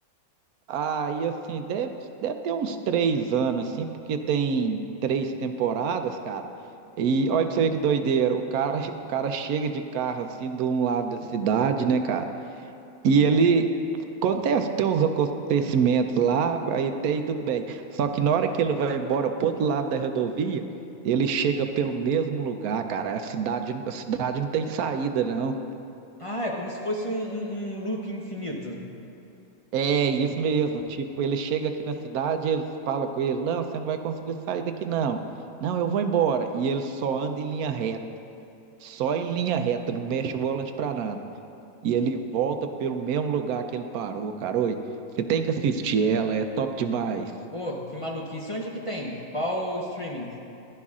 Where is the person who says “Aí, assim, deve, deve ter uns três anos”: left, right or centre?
Right